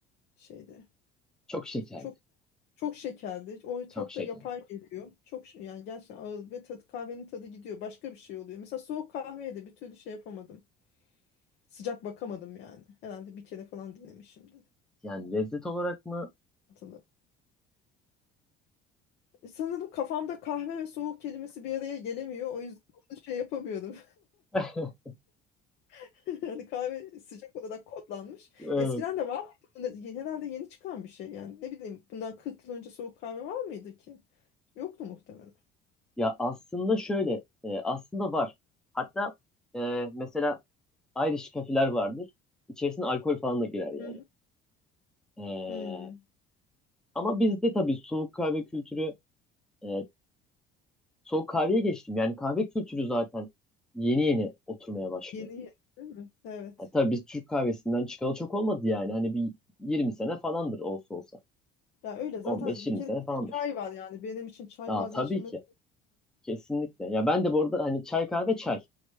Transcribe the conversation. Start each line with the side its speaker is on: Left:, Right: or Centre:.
Left: şeyde.
Centre: Çok şekerli.
Left: Çok çok şekerli. O
Centre: Çok
Left: tat
Centre: şekerli.
Left: da yapay geliyor. Çok şey- yani gerçekten ağır ve tadı kahvenin tadı gidiyor. Başka bir şey oluyor. Mesela soğuk kahveye de bir türlü şey yapamadım. Sıcak bakamadım yani. Herhalde bir kere falan denemişimdir.
Centre: Yani lezzet olarak mı?
Left: Hatırladım. E, Sanırım kafamda kahve ve soğuk kelimesi bir araya gelemiyor. O yüzden onu şey yapamıyorum.
Centre: <laughs>
Left: <laughs> Yani kahve sıcak olarak kodlanmış.
Centre: Evet.
Left: Eskiden de var mıydı? Bunda- Herhalde yeni çıkan bir şey. Yani ne bileyim bundan 40 yıl önce soğuk kahve var mıydı ki? Yoktu muhtemelen.
Centre: Ya aslında şöyle. e, aslında var. Hatta e, mesela Irish kafeler vardır. İçerisine alkol falan da girer yani.
Left: Hı hı.
Centre: Ee,
Left: Hmm.
Centre: ama bizde tabii soğuk kahve kültürü e, Soğuk kahveye geçtim. Yani kahve kültürü zaten yeni yeni oturmaya başlıyor.
Left: Yeni yeni değil mi? Evet.
Centre: Ha, tabii biz Türk kahvesinden çıkalı çok olmadı yani. Hani bir 20 sene falandır olsa olsa.
Left: Ya öyle zaten
Centre: 15-20
Left: bir kere
Centre: sene
Left: bizde
Centre: falandır.
Left: çay var yani benim için çay
Centre: Aa,
Left: vazgeçilmez.
Centre: tabii ki. Kesinlikle. Ya ben de bu arada hani çay kahve çay.